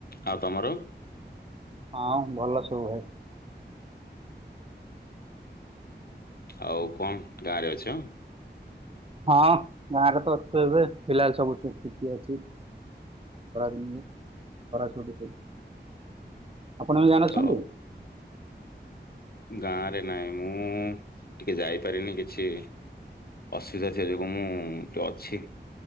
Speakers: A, on the left; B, on the right.
A: ଆଉ ତମର?
B: ହଁ ଭଲ ସବୁ ଭାଇ।
A: ଆଉ କଣ ଗାଁରେ ଅଛ?
B: ହଁ ଗାଁରେ ତ ଅଛୁ ଏବେ। ପିଲା ସବୁ ଛୁ ଛୁଟି ଅଛି। ଖରା ଦିନରେ ଖରା ଛୁଟି ସବୁ। ଆପଣ ଏବେ ଗାଁରେ
A: ତ
B: ଅଛନ୍ତି?
A: ଗାଁରେ ନାଇଁ ମୁଁ ଟିକେ ଯାଇପାରିନି କିଛି ଅସୁବିଧା ଥିବା ଯୋଗୁଁ ମୁଁ ଟିକେ ଅଛି